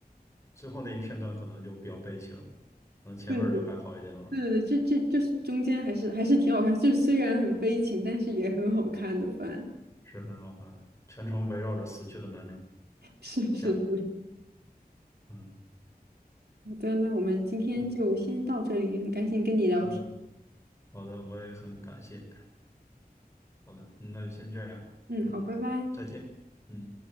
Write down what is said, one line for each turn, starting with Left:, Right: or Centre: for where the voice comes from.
Left: 最后那一片段可能就比较悲情，
Right: <laughs>
Left: 嗯，前面儿就还好一点吧，
Right: 对对对对，对，这这就是中间还是还是挺好看，就是虽然很悲情，但是也很好看的番。
Left: 是很好看，全程围绕着死去的男主
Right: <laughs> 是是是，
Left: 讲，嗯
Right: 好的，那我们今天就先到这里，
Left: 嗯
Right: 很开心跟你聊天。
Left: 嗯，好的，我也很感谢，好的，那就先这样，
Right: 嗯，
Left: 嗯，
Right: 好，拜拜。
Left: 再见，嗯。